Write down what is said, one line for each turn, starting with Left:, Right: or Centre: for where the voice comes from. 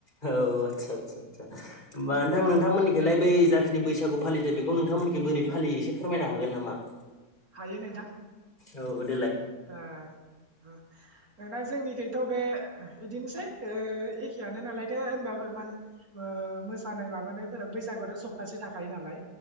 Left: औ आदसा आदसा आसा बा नोंथां नोंथांमोननिखोलाय बै जाख नि बैसागु फालिथाय बेखौ नोंथांमोननिखि बोरै फालियो एसे फोरमायनो हागोन नामा?
Right: हायो नोंथां।
Left: औ गोद
Right: दा ओ दाना जोंनिखैथ' बे ओहो बिदिनोसै ओ एखेयानो नालायथे होनबाबो मान ओ मोसानाय माबानायफोरा बैसागुथ' सप्तासे थाखायो नालाय